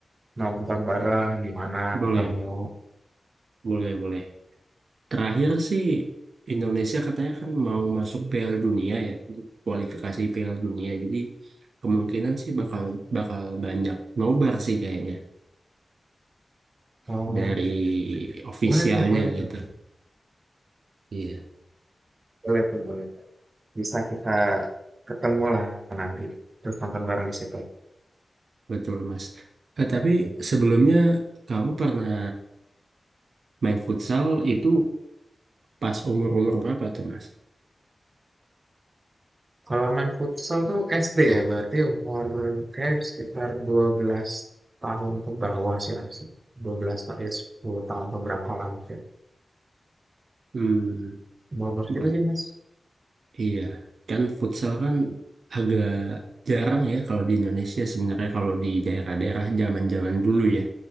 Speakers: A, on the right; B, on the right.
A: Nonton bareng di mana
B: Boleh,
A: ketemu.
B: boleh, boleh. Terakhir sih Indonesia katanya kan mau masuk Piala Dunia ya, kualifikasi Piala Dunia. Jadi kemungkinan sih bakal bakal banyak nobar sih kayaknya
A: Oh,
B: dari ofisialnya
A: boleh tuh, boleh tuh.
B: gitu. Iya.
A: Boleh tuh, boleh tuh. Bisa kita ketemu lah nanti. Terus nonton bareng di situ.
B: Betul, Mas. Eh, tapi sebelumnya kamu pernah main futsal itu pas umur-umur berapa tuh, Mas?
A: Kalau main futsal tuh SD ya, berarti umur kayak sekitar dua belas tahun ke bawah sih harusnya. dua belas tahun, ya 10 tahun ke berapa lah mungkin.
B: Hmm,
A: Umur segitu
B: berat.
A: sih, Mas.
B: Iya. Kan futsal kan agak jarang ya kalau di Indonesia sebenarnya kalau di daerah-daerah zaman-zaman dulu ya.